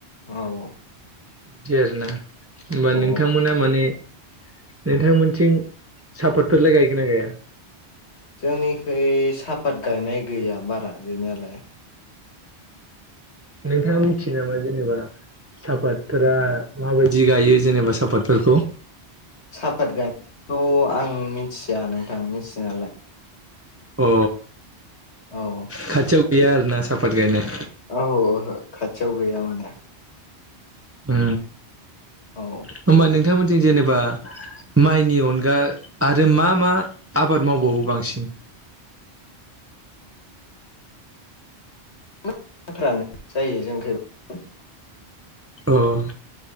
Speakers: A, on the left; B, on the right.
A: औ औ।
B: बिदि आरो ना होमबा नोंथांमोना
A: औ
B: माने नोंथांमोनथिं सापाटफोरलाय गायगोन ना गाया?
A: जोंनिखै सापात गायनाय गैया बारा गैनायालाय।
B: नोंथाङा
A: औ
B: मिथियो नामा जेनेबा सापातफोरा माबायदि गायो जेनेबा सापातफोरखौ?
A: साफात गायनायखौथ' आं मिथिया नोंथां मिथिनायालाय।
B: अ
A: औ
B: खाथियाव गैया आरोना साफात गायनाय?
A: औ ओहो खाथियाव गैया माने।
B: ओ
A: औ
B: होमबा नोंथांमोननिथिं जेनेबा माइनि अनगा आरो मा मा आबाद मावबावो बांसिन?
A: माइफ्रानो जायो जोंनिखैबो।
B: अह